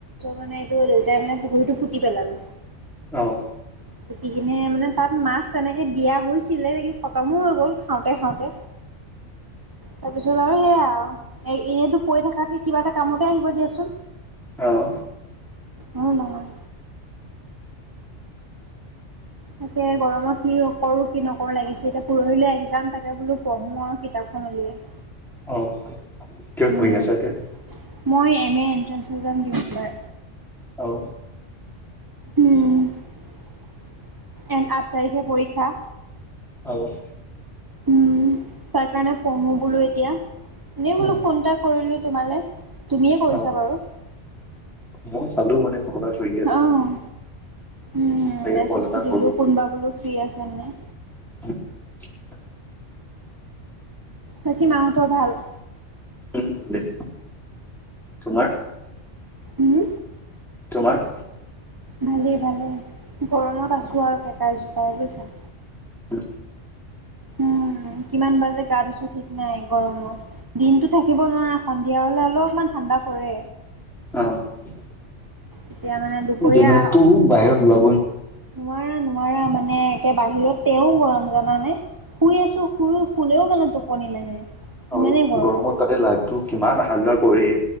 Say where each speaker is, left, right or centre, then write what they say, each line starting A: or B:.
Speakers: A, on the right (about 20°); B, in the centre.
A: মানে এইটো দেউতাই মানে পুখুৰীটো পুতি পেলালে।
B: অ'।
A: পুটি কিনে মানে তাত মাছ তেনেকে দিয়া হৈছিলে নেকি খতমো হৈ গ'ল খাওঁতে খাওঁতে। তাৰপিছত আৰু সেইয়ে আৰু এনেতো পৰি থকাতকে কিবা এটা কামতে আহিব দিয়াচোন।
B: আহ।
A: উম, নহয়। তাকে গৰমত কি কৰো কি নকৰো লাগিছে এতিয়া। পৰহিলৈ এক্সাম থাকে বোলো পঢ়োঁ আৰু কিতাপখন উলিয়াই।
B: অ', কিহত
A: উম,
B: পঢ়ি আছা এতিয়া?
A: মই এম এ এণ্ট্রেঞ্চ যাম দিম এবাৰ।
B: অও।
A: উম, এ আঠ তাৰিখে পৰীক্ষা।
B: অ'।
A: উম, তাৰ কাৰণে পঢ়ো বোলো এতিয়া। এনেই
B: উম
A: বোলো ফোন এটা কৰিলো। তোমালে, তুমিয়ে কৰিছা
B: অ
A: বাৰু।
B: মই চালো মানে <unintelligible>
A: অ'। উম,
B: চাগে
A: মেছেজটো
B: কল এটা
A: দিলোঁ
B: কৰো বুলি
A: কোনোবা বোলো ফ্ৰী আছে নাই।
B: <inaudible>
A: বাকী মাহঁতৰ ভাল?
B: উম, ভালেই, তোমাৰ?
A: উম,
B: তোমাৰ?
A: ভালেই ভালে গৰমত
B: অ
A: আছোঁ আৰু কেকাই জোকাই বুজিছা।
B: উম।
A: উম, কিমান বাৰ যে গা ধুইছো ঠিক নাই গৰমত। দিনতো থাকিব নোৱাৰা সন্ধিয়া হ'লে অলপমান ঠাণ্ডা পৰে।
B: অ',
A: এতিয়া মানে দুপৰীয়া
B: দিনতো বাহিৰত ওলা
A: নোৱাৰা নোৱাৰা মানে একে বাহিৰত তেও গৰম জানা নে শুই আছো। শুই শুলেও মানে টোপনি নাহে।
B: আৰু
A: ইমানেই গৰম।
B: গৰমত তাতে লাইটটো কিমান আহা যোৱা কৰে।